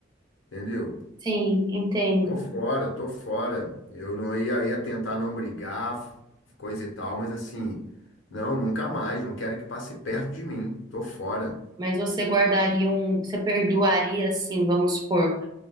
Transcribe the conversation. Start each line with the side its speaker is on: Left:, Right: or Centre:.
Left: entendeu?
Right: Sim, entendo.
Left: Tô fora, tô fora. Eu não ia, ia tentar não brigar, coisa e tal, mas assim, não, nunca mais, não quero que passe perto de mim, tô fora.
Right: Mas você guardaria um, você perdoaria assim, vamos supor,